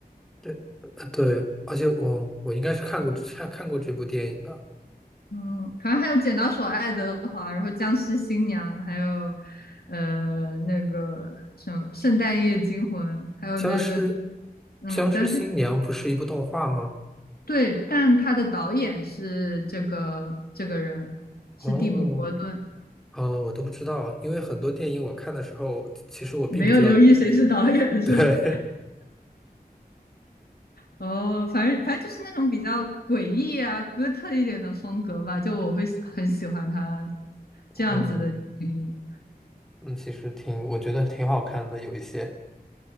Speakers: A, in the centre; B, on the left.
A: 对呃对，而且我我应该是看过看看过这部电影的
B: 嗯，反正还有《剪刀手爱德华》，然后《僵尸新娘》，还有呃那个什么《圣诞夜惊魂》，还有那个
A: 《僵尸
B: 嗯僵尸
A: 僵尸新娘》不是一部动画吗？
B: 对，但他的导演是这个这个人是蒂姆·
A: 哦，
B: 伯顿，
A: 呃，我都不知道，因为很多电影我看的时候，其实我并不知道。
B: 没有留意谁是导演是吧？
A: <laughs> 对，
B: 哦，反正反正就是那种比较诡异啊、哥特一点的风格吧，就我会喜很喜欢他这样子的电影。
A: 哦，嗯，其实挺，我觉得挺好看的，有一些。